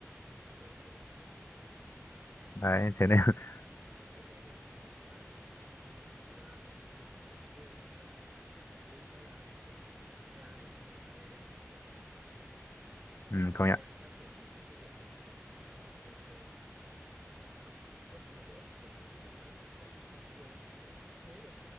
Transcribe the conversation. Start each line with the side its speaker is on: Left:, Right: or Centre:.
Right: ok ok hiểu hiểu
Left: Đấy, thế nên <laughs>
Right: thế, ừ, thế thì anh em mình cũng khó nên bây giờ kinh tế nó khó quá mà những cái việc như kiểu của tôi bây giờ nó lại lại hướng cái là cái độ AI thì nó càng ngày nó càng phát triển Em công nhận không mà
Left: ừ,
Right: những
Left: công
Right: cái
Left: nhận
Right: AI nó phát triển thì những cái việc mà như kiểu văn phòng như ông với tôi thì mệt mỏi lắm ông thì còn dễ bởi vì những cái việc đấy thì của ông thì người nó không thay thế được